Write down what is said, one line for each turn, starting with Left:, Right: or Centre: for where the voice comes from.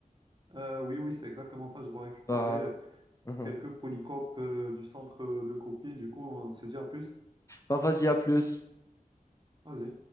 Right: Euh, oui, oui, c'est exactement ça. Je dois récupérer
Left: Bah, mhm.
Right: quelques polycopes euh, du centre euh, de copie. Du coup, on se dit à plus.
Left: Bah, vas-y, à plus.
Right: Vas-y.